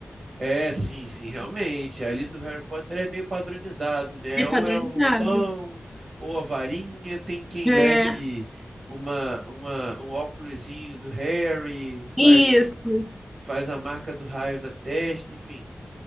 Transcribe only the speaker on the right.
É, sim, sim, realmente. Ali do Harry Potter é meio padronizado, né?
Ou
é o roupão, ou a varinha, tem quem
leve uma, uma, um óculosinho do Harry,
faz, faz a marca do raio na testa, enfim.